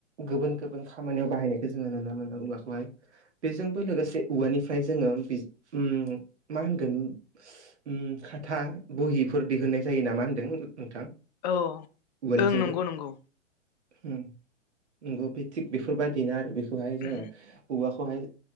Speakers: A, on the right; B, on the left.
A: गुबुन गुबुन खामानियाव बाहायनायखो जोङो नुनो मोनो औवाखौहाय। बेजोंबो लोगोसे औवानिफ्राय जोङो बेजो उम मा होनगोन उम खाथा बहिफोर दिहुननाय जायो नामा होनदों नोंथां।
B: औ।
A: औवानिजोंबो
B: ओं नंगौ नंगौ
A: उम नंगौ बे थिग बेफोरबायदिनो आरो बे खौहाय जोङो
B: ओं
A: औवाखौहाय